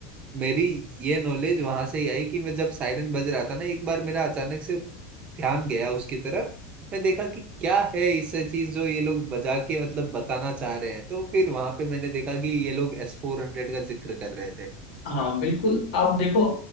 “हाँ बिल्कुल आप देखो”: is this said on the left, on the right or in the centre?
Left